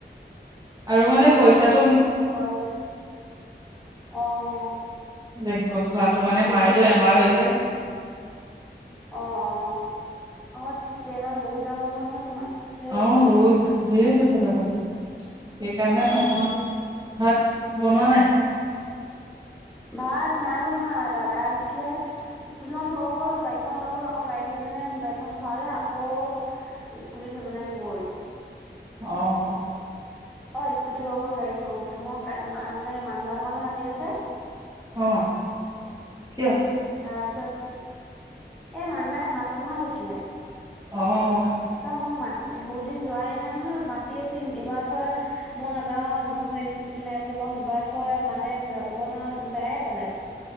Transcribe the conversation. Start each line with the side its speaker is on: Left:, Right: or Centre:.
Right: আৰু মানে পইচাত
Centre: প্লেইনত ভৰাই ল'লোঁ, অ'।
Right: যে গ যোৱাটো মানে
Centre: প্লে
Right: মাৰ
Centre: সেই
Right: যে বেমাৰ হৈছে।
Centre: অ', অ' আমাৰ প্লেইনত বহুত দাম ল'ব নহয় তোমাৰ। ধেৰ পইচা
Right: অ'
Centre: যাব
Right: বহুত ধেৰ পইছা যাব সেইকাৰণে
Centre: উম
Right: নাযাওঁ। ভাত বনোৱা নাই?
Centre: ভাত নাই বনোৱা, দাদা আহিছিলে স্কুটিখন থৈ গ'ল গাড়ীখন লৈ গ'ল আকৌ গাড়ী ধৈ পিনে গাড়ীখন ভৰালে আকৌ স্কুটী থৈ পিনে গ'ল।
Right: অ'।
Centre: অ' স্কুটি লৈ গ'ল গাড়ী থৈ গৈছে, মই মাৰ মানে মান বাসকলে মাতি আছে।
Right: অ', কিয়?
Centre: তাৰপিছত এই মান বাই হাঁচ অকণমান থৈছিলে।
Right: অ'।
Centre: তাই মোক মাত বহুত দিন যোৱাই নাই নহয়, মাতি আছে এইবাৰ থৈ মই নাযাওঁ সে স্কুটি নাই বুলি কওঁ, সিবাৰতৈ মাতে যাব নোৱাৰো বেয়াই পালে।